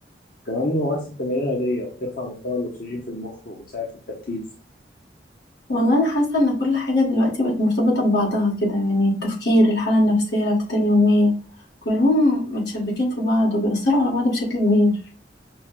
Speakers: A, on the left; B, on the left.
A: كمان ممارسة تمارين رياضية بترفع مستوى الأكسجين في المخ وبتساعد في التركيز
B: والله انا حاسه ان كل حاجه دلوقتي بقت مرتبطه ببعضها كده يعني التفكير الحاله النفسيه العادات اليوميه كلهم متشبكين في بعض وبيأثروا على بعض بشكل كبير